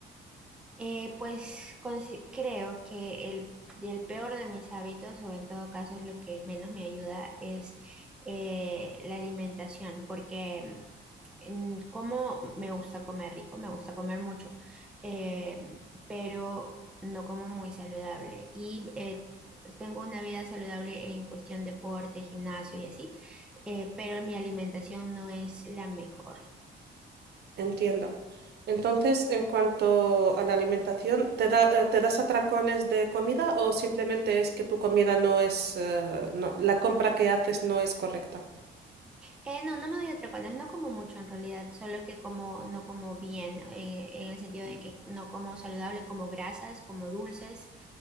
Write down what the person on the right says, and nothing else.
Entiendo. Entonces, en cuanto a la alimentación, ¿te da, eh, te das atracones de comida o simplemente es que tu comida no es, eh, no- la compra que haces no es correcta?